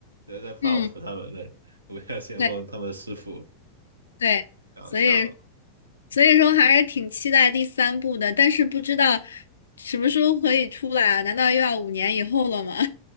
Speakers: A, on the right (about 80°); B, on the left (about 70°).
A: 就是在报复他们的无量先锋他们的师傅，
B: 嗯，对对，
A: 搞笑。
B: 所以所以说还是挺期待第三部的，但是不知道什么时候可以出来啊？难道又要五年以后了吗？